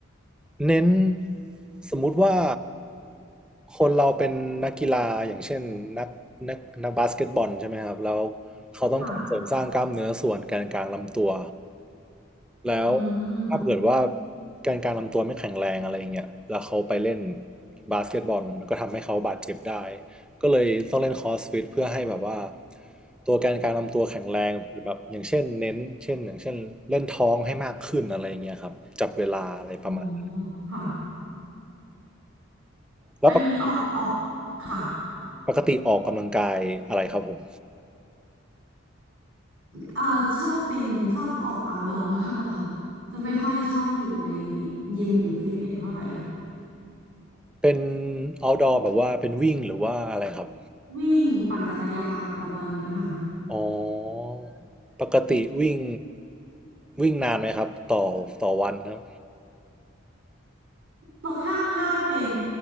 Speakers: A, in the centre; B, on the right (about 65°).
A: เน้นสมมุติว่าคนเราเป็นนักกีฬาอย่างเช่นนักนักนักบาสเกตบอลใช่ไหมครับแล้วเขาต้องการเสริมสร้างกล้ามเนื้อส่วนแกนกลางลำตัว
B: ค่ะ
A: แล้ว
B: อืม
A: ถ้าเกิดว่าแกนกลางลำตัวไม่แข็งแรงอะไรอย่างเงี้ยแล้วเขาไปเล่นบาสเกตบอลมันก็ทำให้เขาบาดเจ็บได้ก็เลยต้องเล่นคอร์สฟิตเพื่อให้แบบว่าตัวแกนกลางลำตัวแข็งแรงหรือแบบอย่างเช่นเน้นเช่นอย่างเช่นเล่นท้องให้มากขึ้นอะไรอย่างเงี้ยครับจับเวลาอะไรประมาณ
B: อ๋อค่ะ
A: แล้วปก
B: อันนี้ออกออกค่ะ
A: ปกติออกกำลังกายอะไรครับผม
B: เอ่อชอบเป็นชอบออก outdoor มากกว่าค่ะจะไม่ค่อยชอบอยู่ในยิมหรือฟิตเนสเท่าไหร่
A: เป็น outdoor แบบว่าเป็นวิ่งหรือว่าอะไรครับ
B: วิ่งปั่นจักรยานประมาณเนี้ยค่ะ
A: อ๋อปกติวิ่งวิ่งนานไหมครับต่อต่อวันครับ
B: แต่ถ้าถ้าเป็น